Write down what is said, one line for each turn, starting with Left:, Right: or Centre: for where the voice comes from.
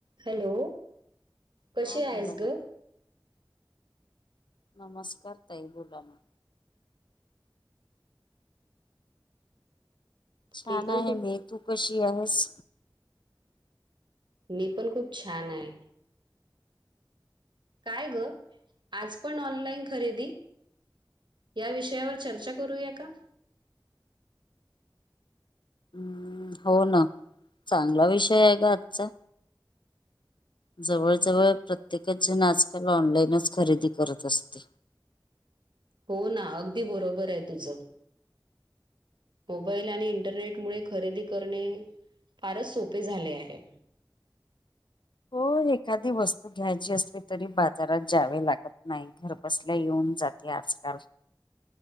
Right: हॅलो, कशी
Left: हा
Right: आहेस
Left: बोला ना
Right: ग.
Left: नमस्कार ताई बोला ना. छान
Right: मी पण
Left: आहे
Right: खूप
Left: मी तू कशी आहेस.
Right: मी पण खूप छान आहे. काय ग आज पण ऑनलाईन खरेदी. या विषयावर चर्चा करूया का.
Left: हम् हो ना चांगला विषय आहे ग आजचा. जवळजवळ प्रत्येकच जण आजकाल ऑनलाईनच खरेदी करत असते.
Right: हो ना अगदी बरोबर आहे तुझं. मोबाईल आणि इंटरनेट मुळे खरेदी करणे फारच सोपे झाले आहे.
Left: हो एखादी वस्तू घ्यायची असली तरी बाजारात जावे लागत. नाही घर बसल्या येऊन जाते आजकाल